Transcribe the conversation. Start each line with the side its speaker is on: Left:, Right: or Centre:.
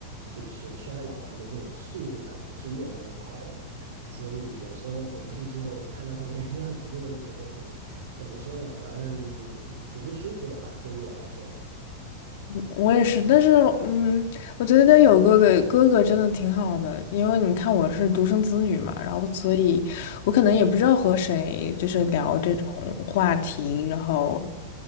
Right: 就是衰老的那种速度，感觉是越来越快的。所以有时候回去之后看到他们那个样子，就会觉得挺，怎么说呢，反正挺不舒服的吧，对于我来说。
Left: 我也是，但是嗯，我觉得那有哥哥，哥哥真的挺好的，因为你看我是独生子女嘛，然后所以我可能也不知道和谁就是聊这种话题，
Right: 嗯，
Left: 然后